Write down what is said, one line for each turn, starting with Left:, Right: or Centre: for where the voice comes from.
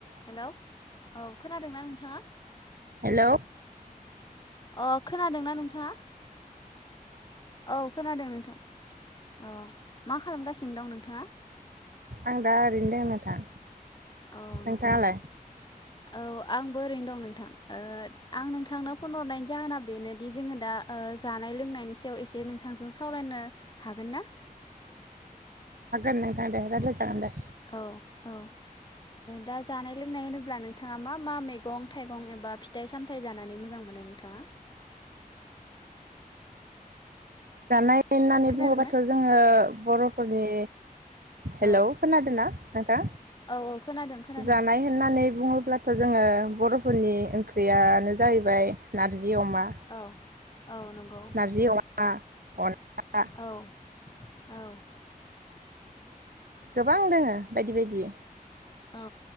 Left: Hello औ खोनादों ना नों थाङा?
Right: हेलौ।
Left: अ। खोनादोंना नोंथाङा? औ खोनादों नोंथां। औ मा खालामगासिनो दं नोंथाङा?
Right: आं दा ओरैनो दों नोंथां।
Left: औ
Right: नोंथाङालाय?
Left: नंगौ नामा? औ आंबो ओरैनो दं नोंथां। ओ आं नोंथांनो फन हरनायनि जाहोना बेनो बिदि जोङो दा ओ जानाय लोंनायनि सायाव एसे नोंथांजों सावरायनो हागोन ना? <inaudible>
Right: हगोन नोंथां दे रायलाय जागोन दे।
Left: औ औ दा जानाय लोंनाय होनोब्ला नोंथाङा मा मा मैगं थाइगं एबा फिथाइ-सामथाइ जानानै मोजां मोनो नोंथाङा?
Right: जानाय होननानै
Left: खोनादोंना
Right: बुङोबाथ' जोङो बर'फोरनि हेलौ'
Left: औ
Right: खोनादोंना हो
Left: औ औ खोनादों खोनादों
Right: जानाय होननानै बुङो अब्लाथ' जोङो बर'फोरनि ओंख्रियानो जाहैबाय नार जि अमा
Left: औ औ नंगौ
Right: नारजि अमा अनला
Left: औ औ
Right: गोबां दोङो बायदि-बायदि
Left: औ